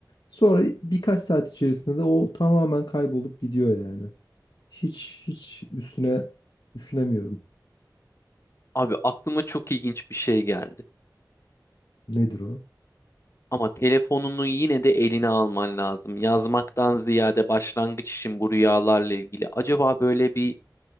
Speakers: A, on the left (about 75°); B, on the left (about 40°).
A: Sonra birkaç saat içerisinde de o tamamen kaybolup gidiyor yani. Hiç hiç üstüne düşünemiyorum.
B: Abi aklıma çok ilginç bir şey geldi.
A: Nedir o?
B: Ama telefonunu yine de eline alman lazım. Yazmaktan ziyade başlangıç için bu rüyalarla ilgili. Acaba böyle bir